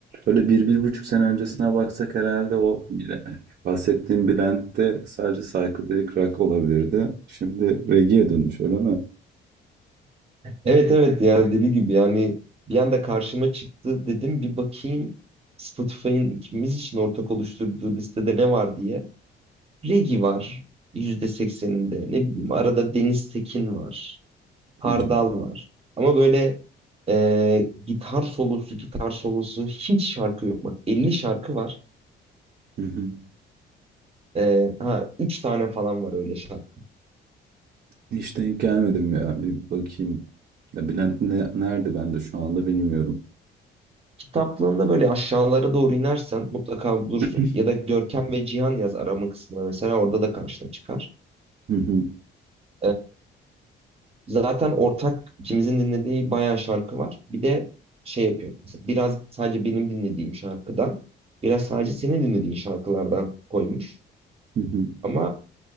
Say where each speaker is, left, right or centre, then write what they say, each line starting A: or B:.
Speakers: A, on the right (about 50°); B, on the right (about 30°).
A: Böyle bir, bir buçuk sene öncesine baksak herhalde o bile, bahsettiğim Bülent'te sadece psychedelic rock olabilirdi. Şimdi reggae'ye dönmüş öyle mi?
B: Evet evet ya deli gibi yani bir anda karşıma çıktı dedim bir bakayım Spotify'ın ikimiz için ortak oluşturduğu listede ne var diye. Regi var yüzde sekseninde ne bileyim arada Deniz Tekin var Hardal
A: Hmm.
B: var ama böyle e, gitar solosu gitar solosu hiç şarkı yok bak 50 şarkı var
A: Hı hı.
B: E, ha 3 tane falan var öyle şarkı.
A: Hiç denk gelmedim ya. Bir bakayım. Ya Bülent ne- nerede ben de şu anda bilmiyorum.
B: Kitaplığında böyle aşağılara doğru inersen mutlaka
A: <clears throat>
B: bulursun ya da Görkem ve Cihan yaz arama kısmına mesela orada da karşına çıkar.
A: Hı hı,
B: Ee, Zaten ortak ikimizin dinlediği bayağı şarkı var. Bir de şey yapıyor. Mesela biraz sadece benim dinlediğim şarkıdan, biraz sadece senin dinlediğin şarkılardan koymuş.
A: hı hı,
B: Ama